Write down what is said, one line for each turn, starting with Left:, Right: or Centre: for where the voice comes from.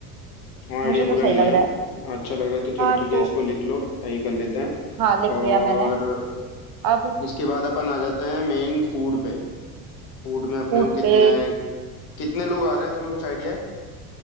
Left: हाँ आइडिया
Right: मुझे
Left: बुरा
Right: तो सही
Left: नहीं
Right: लग
Left: है
Right: रहा है
Left: अच्छा लग रहा है तो चलो
Right: हाँ
Left: ठीक
Right: तो
Left: है इसको लिख लो यही कर लेते हैं
Right: हाँ लिख
Left: और
Right: लिया मैंने अब
Left: इसके बाद अपन आ जाते हैं मेन फूड पे फूड में अपने
Right: फूड
Left: को कितने
Right: पे
Left: कितने लोग आ रहे हैं तुम्हें कुछ आइडिया है